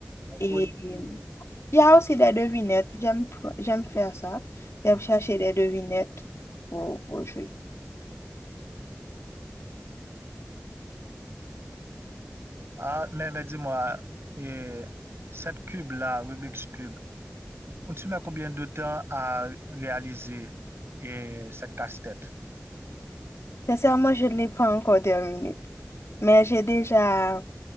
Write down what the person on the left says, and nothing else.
Et il
y a aussi des devinettes. J'aime, pr- j'aime faire ça. J'aime chercher des devinettes pour, pour jouer.
Sincèrement, je ne l'ai pas encore terminé, mais j'ai déjà